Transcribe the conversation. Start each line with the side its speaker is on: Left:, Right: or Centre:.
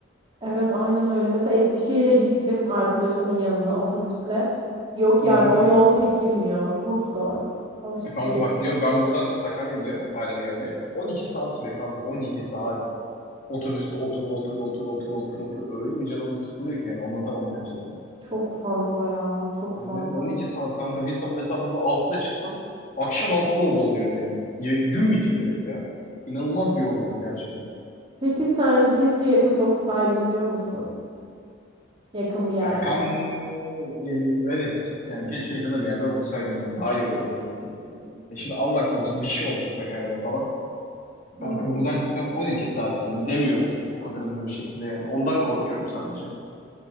Right: Evet aynen öyle. Mesela Eskişehir'e gittim arkadaşımın yanına otobüsle. Yok
Left: Hı
Right: yani
Left: hı.
Right: o yol çekilmiyor. Çok zor. Alışık
Left: E Kanka
Right: değilim.
Left: bak diyorum ben buradan Sakarya'ya gidiyorum ailemi görmeye. 12 saat sürüyor kanka 12 saat. Otobüste otur otur otur otur otur otur. Öyle bir canım sıkılıyor ki yani anlatamam gerçekten.
Right: Çok fazla ya, çok
Left: Evet
Right: fazla.
Left: on iki saat kanka bir sabah mesela burada altıda çıksam akşam altıda orada oluyorum yani. Ya- gün bitiyor direkt ya. İnanılmaz bir yolculuk gerçekten.
Right: Peki sen keşke yakında okusaydım diyor musun? Yakın bir yerde.
Left: Ya kan e, evet yani keşke yakında bir yerde okusaydım yani daha iyi olurdu tabii ki.
Right: Hmm.
Left: E şimdi Allah korusun bir şey olsa Sakarya'da falan.
Right: Hı.
Left: Kanka buradan gitmem 12 saat yani gidemiyorum o kadar hızlı bir şekilde yani. Ondan korkuyorum sadece.